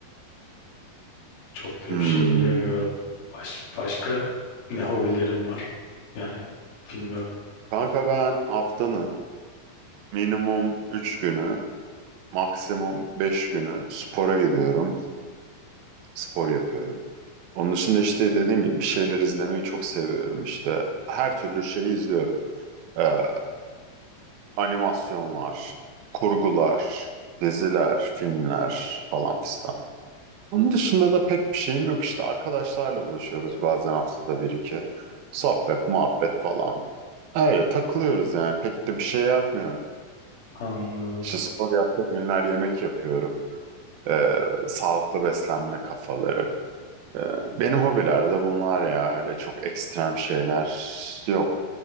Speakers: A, on the left; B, on the right.
A: çok da
B: Hmm.
A: bir şey diyemiyorum. Baş, başka ne hobilerim var? Yani bilmiyorum.
B: Kanka ben haftanın minimum 3 günü, maksimum 5 günü spora gidiyorum. Spor yapıyorum. Onun dışında işte dediğim gibi bir şeyler izlemeyi çok seviyorum işte. Her türlü şeyi izliyorum. Ee, animasyonlar, kurgular, diziler, filmler falan fistan. Onun dışında da pek bir şeyim yok işte. Arkadaşlarla buluşuyoruz bazen haftada bir iki. Sohbet, muhabbet falan. Öyle takılıyoruz yani. Pek de bir şey yapmıyorum.
A: Anladım,
B: İşte spor yaptığım günler yemek yapıyorum. Ee, sağlıklı beslenme kafaları. Ee, Benim hobilerde bunlar ya öyle çok ekstrem şeyler yok.